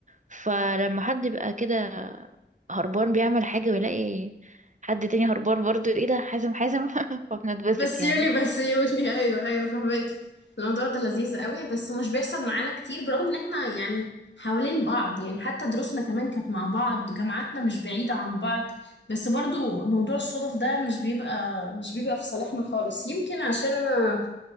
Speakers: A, on the right; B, on the left.
A: فلما حد يبقى كده هربان بيعمل حاجة ويلاقي حد تاني هربان برضو ايه ده حازم حازم <laughs> فبنتبسط
B: بسيوني
A: يعني
B: بسيوني <laughs> ايوه ايوه فهمك الموضوع ده لذيذ قوي بس مش بيحصل معانا كتير برغم ان احنا يعني حوالين بعض يعني حتى دروسنا كمان كانت مع بعض جامعاتنا مش بعيدة عن بعض بس برضو موضوع الصدف ده مش بيبقى مش بيبقى في صالحنا خالص يمكن عشان انا